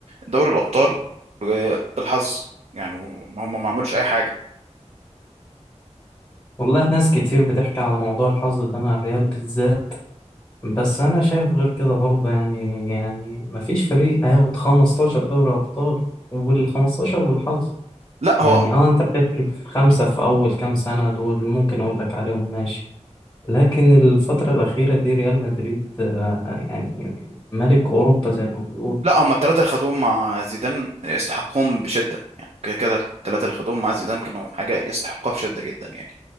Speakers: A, on the right; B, on the left.
A: دوري الابطال ب- بالحظ يعني ما هم ما عملوش اي حاجه
B: والله ناس كتير بتحكي على موضوع الحظ ده مع الريال بالذات بس أنا شايف غير كده برضه يعني يعني مفيش فريق هياخد 15 دوري أبطال وال 15 بالحظ
A: لا
B: يعني
A: هو
B: اه انت بتحكي في خمسة في أول كام سنة دول ممكن أقول لك عليهم ماشي لكن الفترة الأخيرة دي ريال مدريد آه، يعني ملك أوروبا زي ما بنقول
A: لا هم الثلاثه اللي خدوهم مع زيدان يستحقوهم بشده يعني كده كده الثلاثه اللي خدوهم مع زيدان كانوا حاجه يستحقوها بشده جدا يعني